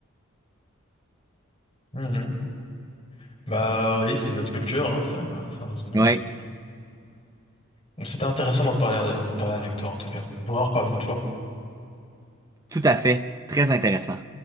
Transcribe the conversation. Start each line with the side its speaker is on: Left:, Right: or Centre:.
Left: Mhm. Bah oui, c'est notre culture, hein, c'est un, c'est un autre monde.
Right: Oui,
Left: Donc, C'était intéressant d'en parler, euh, d'en parler avec toi en tout cas. On pourra en reparler une autre fois.
Right: tout à fait. Très intéressant.